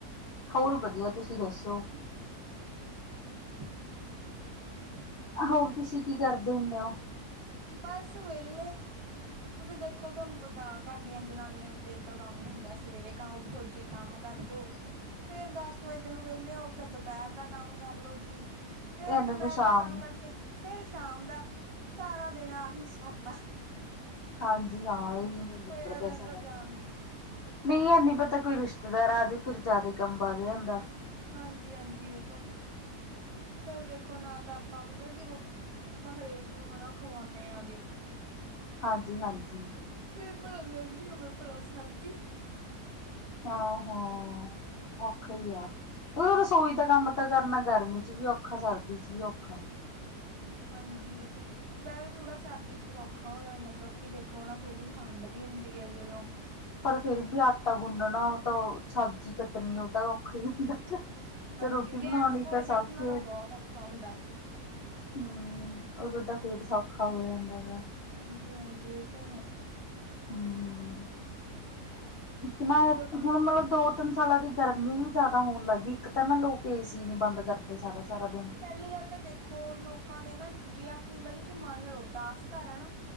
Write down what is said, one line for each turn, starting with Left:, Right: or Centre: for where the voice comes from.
Left: ਹੋਰ ਵਧੀਆ। ਤੁਸੀਂ ਦੱਸੋ?
Right: <inaudible>
Left: ਹੋਰ ਤੁਸੀਂ ਕੀ ਕਰਦੇ ਹੁਣੇ ਓ?
Right: ਬੱਸ ਵੇਹਲੇ। ਕਿਉਂਕਿ ਦੇਖੋ ਤੁਹਾਨੂੰ ਪਤਾ। ਘਰ ਦੀਆਂ ਜਨਾਨੀਆਂ ਨੂੰ ਤੇ ਇੱਕ ਕੰਮ ਹੀ ਹੁੰਦਾ ਸਵੇਰੇ ਕ ਉੱਠੋ ਜੀ। ਕੰਮ ਕਰਦੋ, ਫੇਰ ਦਸ ਵਜੇ ਨੂੰ ਵਿਹਲੇਓ ਫਿਰ ਦੁਪਹਿਰ ਦਾ ਕੰਮ ਕਰਲੋ ਜੀ। ਫੇਰ
Left: ਇਹਨਾਂ
Right: ਦੁਪਹਿਰ
Left: ਨੂੰ ਸ਼ਾਮ
Right: ਦਾ ਕੰਮ ਕਰਕੇ, ਫੇਰ ਸ਼ਾਮ ਦਾ, ਸਾਰਾ ਦਿਨ ਆਹੀ ਸਿਆਪਾ।
Left: ਹਾਂਜੀ ਹਾਂ <unintelligible>
Right: ਹੋਇਆ ਰਹਿੰਦਾ
Left: ਸਾਰਾ
Right: ਜਾਨ
Left: ਦਿਨ।
Right: ਨੂੰ।
Left: ਨਹੀਂ ਐਨੀ ਪਤਾ ਕੋਈ ਰਿਸ਼ਤੇਦਾਰ ਆ ਜੇ ਫਿਰ ਜ਼ਿਆਦਾ ਕੰਮ ਵੱਧ ਜਾਂਦਾ।
Right: ਹਾਂਜੀ-ਹਾਂਜੀ ਇਹ ਤਾਂ, ਫੇਰ ਦੇਖੋ ਨਾ ਤਾਂ ਆਪਾਂ ਮਤਲਬ ਕਿ ਰੋ, ਆਪਾਂ ਹਰੇਕ ਨੂੰ ਹਨਾ ਖਵਾਉਣੇ ਆਗੇ।
Left: ਹਾਂਜੀ-ਹਾਂਜੀ।
Right: ਫਿਰ ਭਲਾ ਗਰਮੀ ਹੋਵੇ, ਭਲਾ ਸਰਦੀ।
Left: ਹਾਂ-ਹਾਂ ਔਖਾ ਹੀ ਆ। ਹਨਾ ਰਸੋਈ ਦਾ ਕੰਮ ਤਾਂ ਕਰਨਾ ਗਰਮੀ 'ਚ' ਵੀ ਔਖਾ ਸਰਦੀ 'ਚ' ਵੀ ਔਖਾ।
Right: ਹਾਂਜੀ ਇਹ ਤੇ ਵੈਸੇ ਥੋੜ੍ਹਾ ਸਰਦੀ 'ਚ' ਸੌਖਾ ਹੋ ਜਾਂਦਾ ਕਿਉਂਕਿ ਦੇਖੋ ਨਾ ਥੋੜ੍ਹੀ ਠੰਢ ਵੀ ਹੁੰਦੀ ਆ ਉਦੋਂ।
Left: ਪਰ ਫੇਰ ਵੀ ਆਟਾ ਗੁੰਨਣਾ ਉਹ ਤੋ ਸਬਜ਼ੀ ਕੱਟਣੀ ਉਹ ਤਾਂ ਔਖਾ ਹੀ ਹੁੰਦਾ <unintelligible>
Right: ਹਾਂਜੀ
Left: ਰੋਟੀ ਬਣਾਉਣੀ
Right: ਗੈਸ ਕੋਲ
Left: ਤਾਂ ਸੌਖੀ
Right: ਬੈਠਣਾ ਤਾਂ
Left: ਹੈ
Right: ਬਹੁਤ ਔਖਾ ਹੁੰਦਾ।
Left: ਹਮ, ਉਦੋਂ ਤਾਂ ਫਿਰ ਸੌਖਾ ਹੋ ਜਾਂਦਾ ਗਾ।
Right: ਹਾਂਜੀ-ਹਾਂਜੀ ਇਹ ਤਾਂ ਹੈ।
Left: ਹਮ, ਇੱਕ ਨਾ
Right: ਹੋਰ ਤੁਸੀਂ
Left: ਹੁਣ ਮਤਲਬ ਦੋ ਤਿੰਨ ਸਾਲਾਂ ਦੀ ਗਰਮੀ ਵੀ ਜ਼ਿਆਦਾ ਹੋਣ ਲੱਗ ਗਈ ਇੱਕ ਤਾਂ ਨਾ ਲੋਕ ਏ ਸੀ ਨੀ ਬੰਦ ਕਰਦੇ ਸਾਰਾ- ਸਾਰਾ ਦਿਨ।
Right: ਪਹਿਲੀ ਗੱਲ ਤਾਂ ਦੇਖੋ ਲੋਕਾਂ ਦੇ ਨਾ ਜੇ ਆਪਣੀ ਗਲੀ ਚ ਮੰਨ ਲਓ ਦਸ ਘਰ ਆ ਨਾ